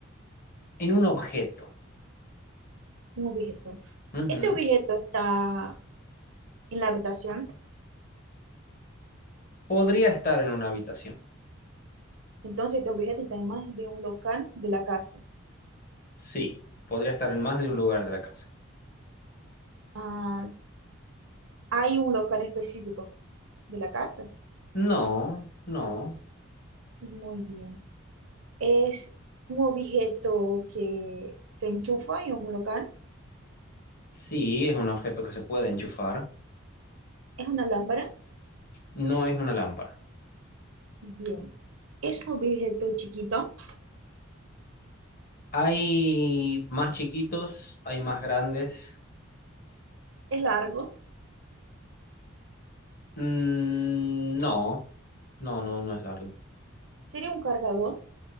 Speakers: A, on the left (about 45°); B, on the right (about 75°).
A: en un objeto.
B: un objeto.
A: Ujú.
B: Este objeto está en la habitación,
A: Podría estar en una habitación.
B: entonces este objeto está en más de un local de la casa.
A: Sí, podría estar en más de un lugar de la casa.
B: Ah, hay un local específico de la casa.
A: No, no.
B: Muy bien. Es un objeto que se enchufa en un local.
A: Sí, es un objeto que se puede enchufar.
B: Es una lámpara.
A: No es una lámpara.
B: Bien. Es un objeto chiquito.
A: Hay más chiquitos, hay más grandes,
B: Es largo.
A: Mm, no, no, no, no es largo.
B: Sería un cargador.